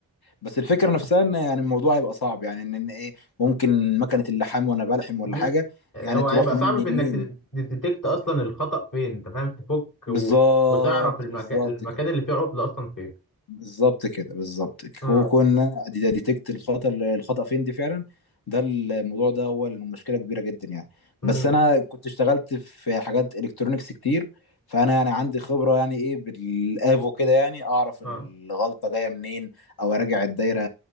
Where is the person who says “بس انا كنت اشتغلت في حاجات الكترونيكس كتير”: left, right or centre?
Left